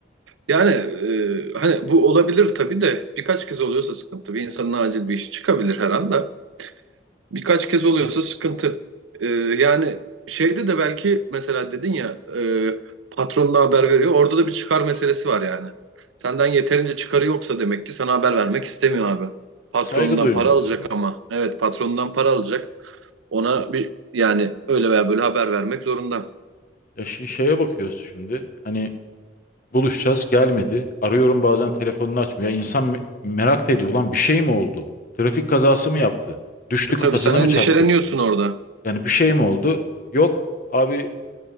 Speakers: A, on the right; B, on the left.
A: yani e, hani bu olabilir tabii de birkaç kez oluyorsa sıkıntı. Bir insanın acil bir işi çıkabilir her anda. Birkaç kez oluyorsa sıkıntı. Ee, yani şeyde de belki mesela dedin ya e, patronuna haber veriyor. Orada da bir çıkar meselesi var yani. Senden yeterince çıkarı yoksa demek ki sana haber vermek istemiyor abi. Patronundan
B: saygı duymuyor.
A: para alacak ama. Evet patronundan para alacak. Ona bir yani öyle veya böyle haber vermek zorunda.
B: Ya şi- şeye bakıyoruz şimdi hani Buluşacağız gelmedi. Arıyorum bazen telefonunu açmıyor. Ya İnsan me- merak da ediyor. Ulan bir şey mi oldu? Trafik kazası mı yaptı? Düştü
A: E, tabii
B: kafasına
A: sen endişeleniyorsun
B: mı çarptı?
A: orada.
B: Yani bir şey mi oldu? Yok abi